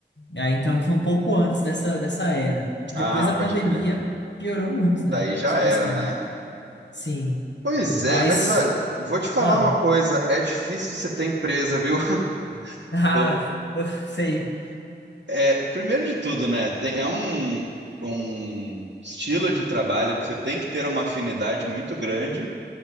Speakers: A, on the left (about 75°); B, on the right (about 80°).
A: Aí então foi um pouco antes dessa, dessa era, que
B: Ah,
A: depois da
B: pode
A: pandemia
B: crer.
A: piorou muito, né?
B: Daí já
A: Essa
B: era,
A: questão.
B: né?
A: Sim,
B: Pois
A: mas.
B: é, mas olha, vou te falar
A: Ah,
B: uma coisa, é difícil você ter empresa, viu? <laughs>
A: <laughs> ah,
B: Eu-
A: sei.
B: É, primeiro de tudo, né? tem- é um, um estilo de trabalho que você tem que ter uma afinidade muito grande,